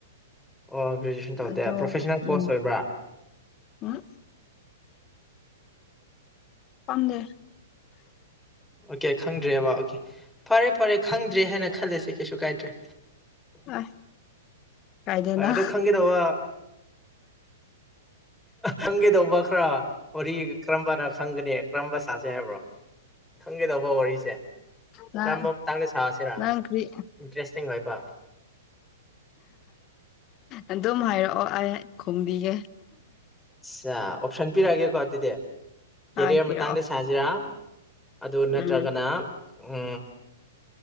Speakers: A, in the centre; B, on the left.
A: ꯑꯣ ꯒ꯭ꯔꯦꯖꯨꯋꯦꯁꯟ ꯇꯧꯗꯦ꯭ꯔꯣꯦꯅꯦꯜ
B: ꯑꯗꯣ
A: ꯀꯣꯔꯁ
B: ꯎꯝ
A: ꯑꯣꯏꯕ꯭ꯔꯥ
B: ꯎꯝ ꯄꯪꯒꯦ
A: ꯑꯣꯀꯦ ꯈꯪꯗ꯭ꯔꯦ ꯕꯕꯥ ꯑꯣꯀꯦ ꯐꯔꯦ ꯐꯔꯦ ꯈꯪꯗ꯭ꯔꯦ ꯍꯥꯏꯅ ꯈꯜꯂꯁꯤ ꯀꯩꯁꯨ ꯀꯥꯏꯗ꯭ꯔꯦ
B: ꯑꯥꯏ ꯀꯥꯏꯗꯦꯅ
A: ꯑꯗꯨꯣ ꯈꯪꯒꯦꯗ ꯋꯥ ꯍꯪꯒꯦꯗꯧꯕ ꯈꯔꯥ ꯋꯥꯔꯤ ꯀꯔꯝꯕꯅ ꯈꯪꯒꯅꯤ ꯀꯔꯝꯕ ꯁꯥꯁꯦ ꯍꯥꯏꯕ꯭ꯔꯣ ꯈꯪꯒꯦꯗꯧꯕ ꯋꯥꯔꯤ
B: ꯅꯪ
A: ꯀꯔꯝꯕ ꯃꯇꯥꯡꯗ ꯁꯥꯁꯤꯔꯥ
B: ꯅꯪ ꯀ꯭ꯔꯤ
A: ꯏꯟꯇꯔꯦꯁꯇꯤꯡ ꯑꯣꯏꯕ
B: ꯑꯗꯨꯝ ꯍꯥꯏꯔꯛꯑꯣ ꯑꯩ ꯈꯣꯕꯤꯒꯦ
A: ꯑꯆꯥ ꯑꯣꯞꯁꯟ ꯄꯤꯔꯛꯑꯒꯦꯀꯣ ꯑꯗꯨꯗꯤ ꯀꯦꯔꯤꯌꯔ
B: ꯍꯥꯏ ꯄꯤꯔꯛꯑꯣ
A: ꯃꯇꯥꯡꯗ ꯁꯥꯁꯤꯔ ꯑꯗꯨ
B: ꯎꯝ
A: ꯅꯠꯇ꯭ꯔꯒꯅ ꯎ